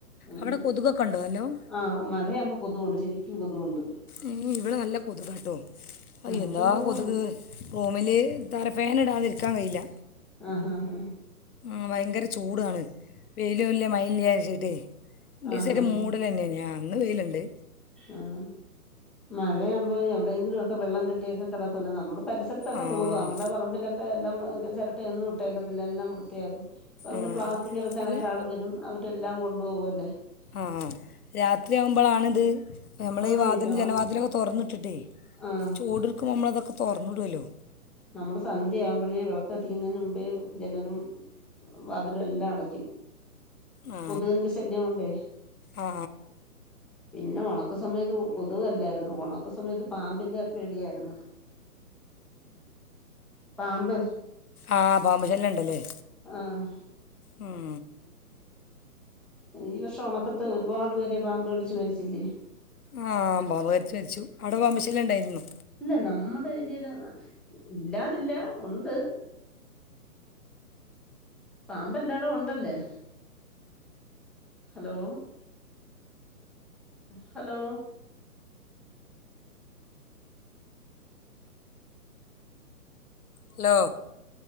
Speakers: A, in the centre; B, on the left.
A: ഉം
B: അവിടെ കൊതുകൊക്കെ ഉണ്ടോ നല്ലോം
A: ആഹ് മഴയാവുമ്പോ കൊതുകുണ്ട് ശരിക്കും കൊതുകുണ്ട്
B: ഏഹ് ഇവിടെ നല്ല കൊതുകാട്ടോ അയ്
A: നമുക്കും
B: എന്താ
A: കൊതുകാണ്
B: കൊതുക് റൂമില് തല ഫാന് ഇടാതെ ഇരിക്കാൻ കഴിയില്ല
A: ആഹ് ആഹ് ആഹ്
B: ആഹ് ഭയങ്കര ചൂടാണ് വെയിലുല്ലേ മഴലാര്ച്ചിട്ടേ ഒരീസം
A: ആഹ്
B: ഒര്
A: ആഹ്
B: മൂടല്
A: ആഹ്
B: തന്നേനി ആഹ് ഇന്ന് വെയില്ണ്ട്
A: ആഹ് മഴയാവുമ്പോ എവിടെയെങ്കിലും ഒക്കെ വെള്ളം കെട്ടിയൊക്കെ കിടക്കൂലെ നമ്മള് പരിസരത്തൊക്കെ
B: ആഹ്
A: നോക്കും നമ്മുടെ പറമ്പിലൊക്കെ എല്ലാം ചിരട്ട് എന്നും ഇട്ടേക്കത്തില്ല എല്ലാം വൃത്തിയാക്കും. ഇപ്പ പിന്നെ
B: ആഹ്
A: പ്ലാസ്റ്റിക് എടുക്കാനൊക്കെ
B: അതിന്
A: ആള്വരും അവരെല്ലാം കൊണ്ടുപോവല്ലേ
B: ആഹ് രാത്രി ആവുമ്പോളാണിത് ഇപ്പ നമ്മള്
A: ആഹ്
B: ഈ വാതിലും
A: രാ
B: ജനവാതിലും ഒക്കെ തുറന്നിട്ടിട്ടേ
A: ആഹ്
B: ചൂട് എടുക്കുമ്പോ നമ്മള് ഇതൊക്കെ തുറന്ന് ഇടുവല്ലോ
A: നമ്മള് സന്ധ്യ ആവുമ്പഴേ വിളക്കത്തിക്കുന്നതിന് മുമ്പേ ജനലും വാതിലും എല്ലാം അടച്ചു
B: ആ
A: കൊതുകിന്റെ ശല്യം കൊണ്ടേ
B: ആ
A: പിന്നെ ഉണക്ക സമയത്ത് കൊതുവല്ലായിരുന്നു ഉണക്ക സമയത്ത് പാമ്പിന്റെ പേടിയായിരുന്നു പാമ്പ്
B: ആഹ് പാമ്പ്ശല്യംൻണ്ടല്ലേ..
A: ആഹ്
B: ഉം
A: ഈ വർഷം ഉണക്കത്ത് ഒരുപാട് പേരെ പാമ്പ് കടിച്ച്മരിച്ചില്ലേ
B: ആഹ് പാമ്പ് കരിച്ചു മരിച്ചു അവിടെ പാമ്പശല്ല്യംൻണ്ടായിരുന്നു
A: ഇല്ല നമ്മടെ ഏരേ ലാ ഇല്ലാതില്ല ഉണ്ട് പാമ്പ് എല്ലാടും ഒണ്ടല്ലേ ഹലോ ഹലോ
B: ഹലോ